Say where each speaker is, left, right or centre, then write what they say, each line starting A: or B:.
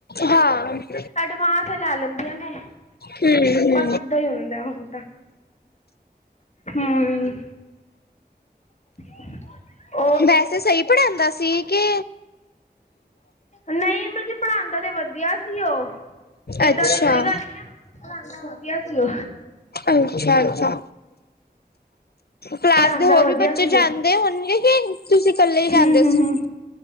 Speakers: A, on the left; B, on the left.
A: ਹਾਂ।
B: ਐਡਵਾਂਸ ਲੈ ਲੈਦੀਆਂ ਨੇ,
A: ਹੂੰ,
B: ਬਸ ਏਦਾ ਹੀ ਹੁੰਦਾ ਹੁਣ। ਹਮ। <inaudible>
A: ਵੈਸੇ ਸਹੀ ਪੜ੍ਹਾਉਦਾ ਸੀ ਕੈ
B: ਨਹੀਂ ਮਤਲਬ ਕੀ ਪੜ੍ਹਾਉਦਾ ਤੇ ਵਧੀਆ ਸੀ ਉਹ। ਏਦਾਂ
A: ਅੱਛਾ,
B: ਦੀ ਕੋਈ ਗੱਲ ਨੀ ਹੈ। ਪੜਾਂਦਾ ਵਧਿਆ ਸੀ ਓ।
A: ਅੱਛਾ-ਅੱਛਾ। ਕਲਾਸ
B: ਪੜ੍ਹਾਉਂਦਾ
A: ਦੇ ਹੋਰ
B: ਵਧੀਆ
A: ਵੀ ਬੱਚੇ
B: ਸੀ
A: ਜਾਂਦੇ
B: ਉਹ
A: ਹੋਣਗੇ, ਕਿ ਤੁਸੀਂ ਕੱਲੇ ਹੀ ਜਾਂਦੇ
B: ਹੂੰ ਹੂੰ
A: ਸੀ।
B: ਹੂੰ